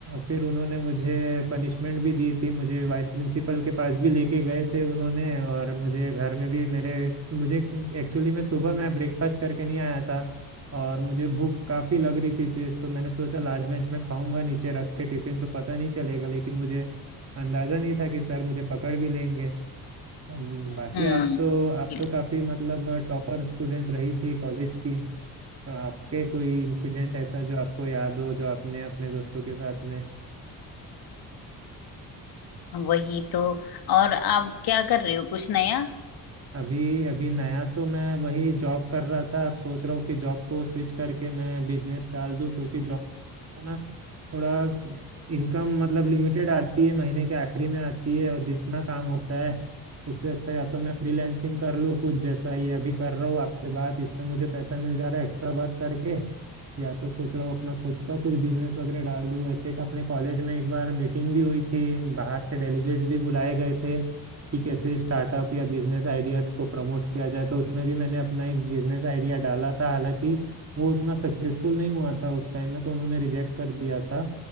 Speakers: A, on the right; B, on the left.
A: फिर उन्होंने मुझे पनिशमेंट भी दी थी मुझे वाइस प्रिंसिपल के पास भी लेके गए थे उन्होंने और मुझे घर में भी मेरे मुझे एक्चुअली मैं सुबह मैं ब्रेकफास्ट करके नहीं आया था और मुझे भूख काफ़ी लग रही थी तेज तो मैंने सोचा लास्ट बेंच में खाऊंगा नीचे रख के टिफिन तो पता नहीं चलेगा लेकिन मुझे अंदाज़ा नहीं था कि सर मुझे पकड़ भी लेंगे हम-
B: हम्म
A: बाकी आप तो आप
B: बिल्कुल
A: तो काफ़ी मतलब टॉपर स्टूडेंट रही थी कॉलेज की तो आपके कोई इंसिडेंट ऐसा जो आपको याद हो जो आपने अपने दोस्तों के साथ में
B: वही तो और आप क्या कर रहे हो कुछ नया
A: अभी अभी नया तो मैं वही जॉब कर रहा था अब सोच रहा हूँ कि जॉब को स्विच करके मैं बिजनेस डाल दूँ क्योंकि जॉब है ना थोड़ा इनकम मतलब लिमिटेड आती है महीने के आखिरी में आती है और जितना काम होता है उससे अच्छा या तो मैं फ्रीलैंसिंग कर लूँ कुछ जैसा ये अभी कर रहा हूँ आपसे बात इसमें मुझे पैसा मिल जा रहा है एक्स्ट्रा वर्क करके या तो सोच रहा हूँ अपना खुद का कुछ बिजनेस वगैरह डाल दूँ ऐसे एक अपने कॉलेज में एक बार मीटिंग भी हुई थी बाहर से डेलीगेट्स भी बुलाए गए थे कि कैसे स्टार्टअप या बिजनेस आइडियाज को प्रमोट किया जाए तो उसमें भी मैंने अपना एक बिजनेस आइडिया डाला था हालांकि वो उतना सक्सेसफुल नहीं हुआ था उस टाइम में तो उन्होंने रिजेक्ट कर दिया था